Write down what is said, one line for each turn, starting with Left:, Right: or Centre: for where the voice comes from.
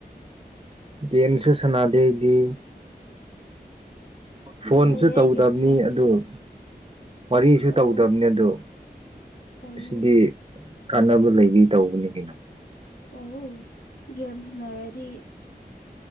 Right: ꯒꯦꯝꯁꯨ ꯁꯥꯟꯅꯗꯦ ꯑꯩꯗꯤ ꯐꯣꯟꯁꯨ
Left: ꯐꯩꯌꯦ
Right: ꯇꯧꯗꯕꯅꯤ
Left: ꯒꯦꯝ ꯁꯥꯟ
Right: ꯑꯗꯨꯒ ꯋꯥꯔꯤꯁꯨ ꯇꯧꯗꯕꯅꯦ
Left: ꯑꯣ
Right: ꯑꯗꯨ
Left: ꯑꯣ
Right: ꯑꯁꯤꯗꯤ ꯀꯥꯟꯅꯕ ꯂꯩꯕꯤ ꯇꯧꯕꯅꯤ ꯀꯩꯅꯣ
Left: ꯑꯣ ꯋꯣ ꯒꯦꯝ ꯁꯥꯟꯅꯔꯗꯤ